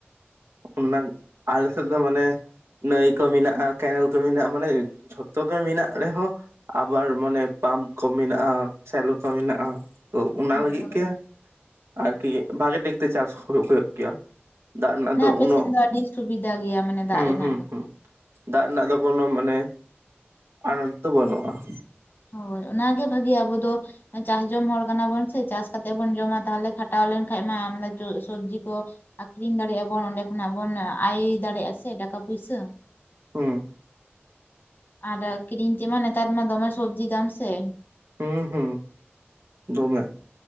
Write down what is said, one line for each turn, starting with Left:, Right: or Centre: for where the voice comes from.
Right: ᱚᱱᱟ ᱟᱞᱮ ᱥᱮᱫ ᱫᱚ ᱢᱟᱱᱮ ᱱᱟᱹᱭ ᱠᱚ ᱢᱮᱱᱟᱜᱼᱟ ᱠᱮᱱᱮᱞ ᱠᱚ ᱢᱮᱱᱟᱜᱼᱟ ᱢᱟᱱᱮ ᱡᱷᱚᱛᱚ ᱠᱚ ᱢᱮᱱᱟᱜ ᱨᱮᱦᱚᱸ ᱟᱵᱟᱨ ᱢᱟᱱᱮ ᱯᱟᱢᱯ ᱠᱚ ᱢᱮᱱᱟᱜᱼᱟ ᱥᱮᱞᱚ ᱠᱚ ᱢᱮᱱᱟᱜᱼᱟ ᱛᱚ ᱚᱱᱟ
Left: ᱦᱳᱭ
Right: ᱞᱟᱹᱜᱤᱫ
Left: ᱦᱳᱭ
Right: ᱜᱮ ᱟᱨᱠᱤ ᱵᱷᱟᱜᱮ ᱴᱷᱤᱠ ᱛᱮ ᱪᱟᱥ ᱦᱩᱭᱩᱜ ᱦᱩᱭᱩᱜ ᱜᱮᱮᱭᱟ ᱫᱟᱜ ᱨᱮᱱᱟᱜ ᱫᱚ
Left: ᱟᱯᱮᱥᱮᱱ
Right: ᱩᱱᱟᱹᱜ
Left: ᱫᱚ ᱟᱹᱰᱤ ᱥᱩᱵᱤᱫᱟ ᱜᱮᱭᱟ ᱢᱟᱱᱮ ᱫᱟᱜ
Right: ᱦᱩᱸ
Left: ᱨᱮᱱᱟᱜ
Right: ᱦᱩᱸ
Left: ᱫᱚ
Right: ᱫᱟᱜ ᱨᱮᱱᱟᱜ ᱫᱚ ᱠᱳᱱᱚ ᱢᱟᱱᱮ ᱟᱱᱟᱴ ᱫᱚ ᱵᱟᱹᱱᱩᱜᱼᱟ ᱾
Left: ᱦᱳᱭ ᱚᱱᱟᱜᱮ ᱵᱷᱟᱹᱜᱤᱭᱟ ᱟᱵᱚ ᱫᱚ ᱪᱟᱥ ᱡᱚᱢ ᱦᱚᱲ ᱠᱟᱱᱟ ᱵᱚᱱ ᱥᱮ ᱪᱟᱥ ᱠᱟᱛᱮᱜ ᱵᱚᱱ ᱡᱚᱢᱟ ᱛᱟᱦᱞᱮ ᱠᱷᱟᱴᱟᱣ ᱞᱮᱱᱠᱷᱟᱡ ᱢᱟ ᱟᱢᱫᱟ ᱥᱚᱵᱡᱤ ᱠᱚ ᱟᱠᱷᱨᱤᱧ ᱫᱟᱲᱮᱭᱟᱜᱼᱟ ᱵᱚᱱ ᱚᱸᱰᱮ ᱠᱷᱚᱱᱟᱜ ᱵᱚᱱ ᱟᱭ ᱫᱟᱲᱮᱭᱟᱜᱼᱟ ᱥᱮ ᱴᱟᱠᱟ ᱯᱩᱭᱥᱟᱹ ᱾
Right: ᱦᱩᱸ
Left: ᱟᱨ ᱠᱤᱨᱤᱧ ᱛᱮ ᱢᱟ ᱱᱮᱛᱟᱨ ᱢᱟ ᱫᱚᱢᱮ ᱥᱚᱵᱽᱡᱤ ᱫᱟᱢ ᱥᱮ
Right: ᱦᱩᱸ ᱦᱩᱸ ᱫᱚᱢᱮ